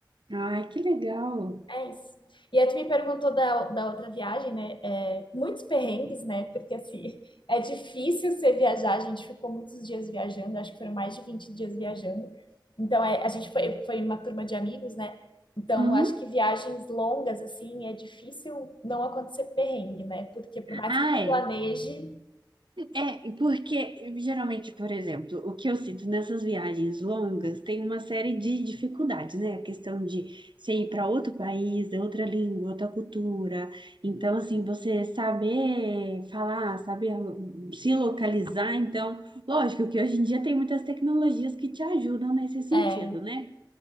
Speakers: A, on the right (about 80°); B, on the left (about 85°).
A: Ai, que legal.
B: É isso. E aí tu me perguntou da, da outra viagem, né? É, muitos perrengues, né? Porque assim, <laughs> é difícil você viajar, a gente ficou muitos dias viajando, acho que foram mais de 20 dias viajando. Então, é, a gente foi, foi uma turma de amigos, né? Então,
A: Uhum.
B: acho que viagens longas, assim, é difícil não acontecer perrengue, né? Porque por mais
A: Ah,
B: que tu
A: é.
B: planeje,
A: É, porque geralmente, por exemplo, o que eu sinto nessas viagens longas tem uma série de dificuldades, né? A questão de você ir para outro país, de outra língua, outra cultura. Então, assim, você saber falar, saber se localizar. Então, lógico que hoje em dia tem muitas tecnologias que te ajudam nesse sentido,
B: É,
A: né?